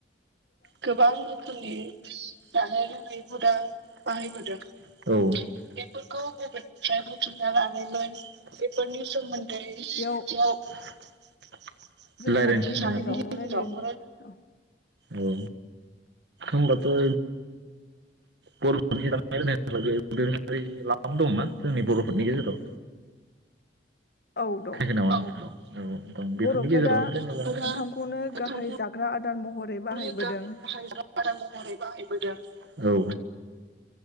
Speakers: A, on the right; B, on the left.
A: गोबां रोखोमनि जानाय लोंनाय हुदा बाहायबोदों औ बेफोरखौ बबेनिफ्राय बुथुमना लानायमोन बेफोरनि सोमोन्दै सानैनि
B: बेयाव जों सानैनि
A: गेजेराव
B: रायलायनो औ
A: <unintelligible> औ होमबाथ' बर'फोरनि दोरोङारि <unintelligible> दं ना जोंनि बर'फोरनि गेजेराव
B: औ दं।
A: <unintelligible>
B: बर'फोरा ओंखामखौनो गाहाय जाग्रा आदार महरै बाहायबोदों
A: <inaudible> महरै बाहायबोदों औ